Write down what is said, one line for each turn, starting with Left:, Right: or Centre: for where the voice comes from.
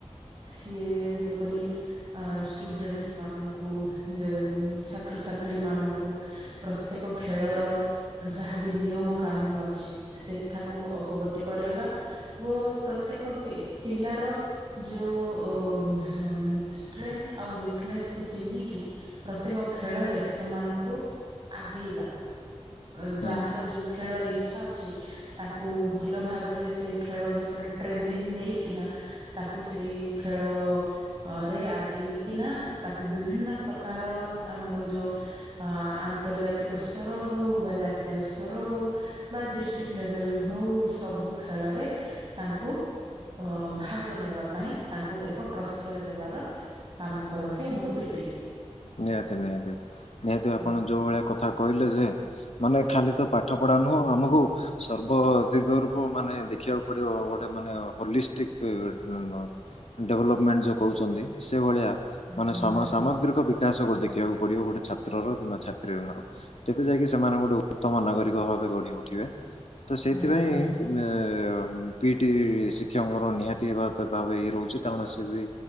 Right: ସିଏ ଯେପରି ଅ ଷ୍ଟୁଡେଣ୍ଟମାନଙ୍କୁ ଯେଉଁ ଛାତ୍ରଛାତ୍ରୀ ମାନଙ୍କୁ ପ୍ରତ୍ୟେକ ଖେଳର ଯାହାବି ନିୟମ କାନୁନ ଅଛି ସେଠାକୁ ଅବଗତି କରାଇବା ଓ ପ୍ରତ୍ୟେକ ପି-ପିଲାର ଯୋଉ ଉ ହଁ ଷ୍ଟ୍ରେନଥ୍ ଆଉ ୱିକନେସକୁ ଚିହ୍ନିକି ପ୍ରତ୍ୟେକ ଖେଳରେ ସେମାନଙ୍କୁ ଆଗେଇବା। ଅ
Left: ହୁଁ
Right: ଯାହାର
Left: ହୁଁ
Right: ଯୋଉ ଖେଳର ଇଚ୍ଛା ଅଛି ତାକୁ ଭଲ ଭାବରେ ସେ ଖେଳ ବିଷୟରେ ଟ୍ରେନିଂ ଦେଇକିନା ତାକୁ ସେଇ ଖେଳ ଅରେ ଆଗେଇକିନା ତାକୁ ବିଭିନ୍ନ ପ୍ରକାର ଆମର ଯୋଉ ଅ ଆନ୍ତର୍ଜାତିକ ସ୍ତର ହୋଉ ବା ଜାତୀୟ ସ୍ତର ହୋଉ ବା ଡିଷ୍ଟି କ ଲେବେଲ୍ ହୋଉ ସବୁ ଖେଳରେ ତାଙ୍କୁ ଅ ଭାଗ ନେବା ପାଇଁ ତାଙ୍କୁ ଏକ ପ୍ରଶ୍ରୟ ଦେବାର କାମ କରନ୍ତି ଆମର ପି ଟି।
Left: ନିହାତି ନିହାତି ନିହାତି ଭାବେ ଆପଣ
Right: ହୁଁ
Left: ଯୋଉ ଭଳିଆ କଥା କହିଲେ ଯେ ମାନେ ଖାଲି ତ ପାଠପଢ଼ା ନୁହଁ ଆମକୁ ସର୍ବ ଦିଗ ରକୁ ମାନେ ଦେଖିବାକୁ ପଡିବ ଗୋଟେ ମାନେ ହଲିଷ୍ଟିକ୍ ଉଁ ଡେଭଲପମେଣ୍ଟ ଯୋଉ କୋହୁଚନ୍ତି ସେଭଳିଆ ମାନେ
Right: ହୁଁ
Left: ସମସାମଗ୍ରିକ
Right: ହୁଁ ହୁଁ
Left: ବିକାଶ ଗୋଟେ ଦେଖିବାକୁ ପଡିବ ଗୋଟେ ଛାତ୍ରର କିମ୍ବା ଛାତ୍ରୀର ଙ୍କର। ତେବେ ଯାଇକି ସେମାନେ ଗୋଟେ ଉତ୍ତମ ନାଗରିକ ଭାବେ ଗଢି ଉଠିବେ ତ
Right: ହୁଁ
Left: ସେଇଥିପାଇଁ
Right: ହୁଁ
Left: ଏ ପି ଟି ଶିକ୍ଷକଙ୍କର ନିହାତି ହେବା ଗତ ଭାବେ ଇଏ ରହୁଚି କାରଣ ସିଏ ବି